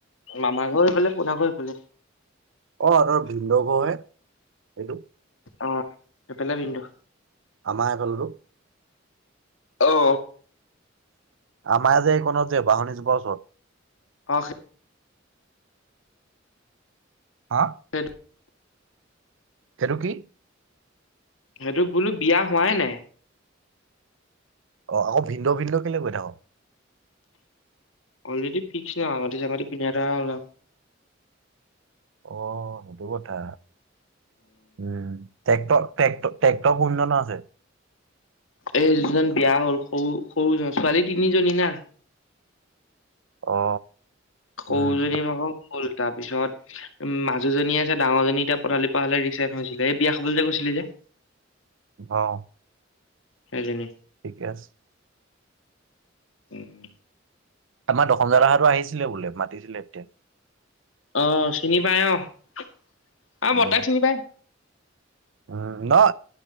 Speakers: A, on the left (about 90°); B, on the right (about 75°).
A: মামা ঘৰ এইফালে পোনা ঘৰ এইফালে
B: অ ', তৰ ভিন্দ ঘৰহে এইটো।
A: অ ই পেল ভিণ্ডো
B: আমাৰ ইফালোতো।
A: অ
B: আমাৰ যে এইকনত যে বাহনিজোপাৰ ওচৰত।
A: অ'
B: হা
A: সেইটো
B: তেৰু কিি
A: সেইটো বোলো বিয়া হোৱাই নাই।
B: অ, আকৌ ভিন্দ ভিন্দ কেলে কৈ থাক।
A: এইতো ফিক্স ন আঙঠি চাঙঠি পিন্ধি এহতৰ
B: অ, সেইটো কথা উম। ট্ৰেকটট্ৰেট ট্ৰেক্টপ কোনধ আছে
A: এই যজন বিয়া হ'ল সৰু সৰুজন ছোৱালী তিনিজনী না
B: অ, উম,
A: কৌ যদি মাকৌ হ'ল তাৰপিছত উ মাজুজনী আছে ডাঙৰজনী এতিয়া পঠালি পৰা হলে ৰিচাইন হৈছিলে এই বিয়া খাবলৈ যে কৈছিলি যে <inaudible>
B: অ'
A: হদিনি
B: ঠিকে আছে।
A: উম।
B: আমাৰ <unintelligible> আহিছিলে বোলে, মাতিছিলে তেতিয়া।
A: অ', চিনি পাই অ', আমাৰ
B: উম,
A: বৰ্তাক চিনি পায়।
B: উম নহ